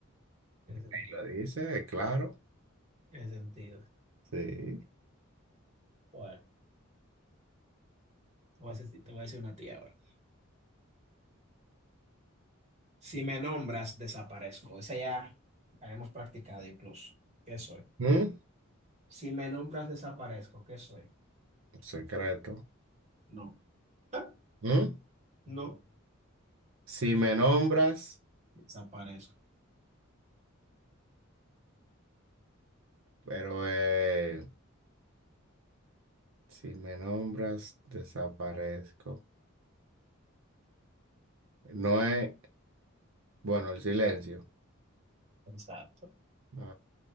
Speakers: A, on the right; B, on the right.
A: Tiene
B: Y
A: sentido.
B: lo dice, claro.
A: Tiene sentido.
B: Sí.
A: Bueno, te voy a decir, te voy a decir una tía ahora. Si me nombras, desaparezco. Esa ya la hemos practicado incluso. ¿Qué soy?
B: ¿Mm?
A: Si me nombras, desaparezco. ¿Qué soy?
B: Secreto.
A: No. <laughs>
B: ¿Mm?
A: No,
B: Si me nombras,
A: desaparezco.
B: pero eh, si me nombras, desaparezco. No es, bueno, el silencio.
A: Exacto.
B: No,